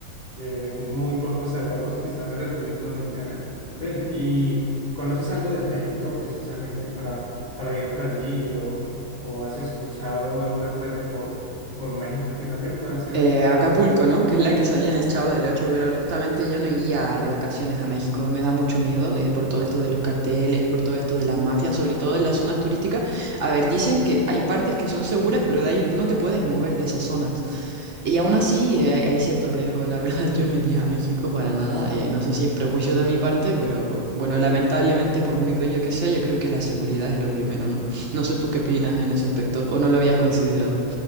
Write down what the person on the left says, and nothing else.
que muy pocos sabíamos que estaba en República Dominicana. Ven, ¿y conoces algo de México precisamente para, para ir por allí o, o has escuchado alguna playa por, por México que también pueda ser?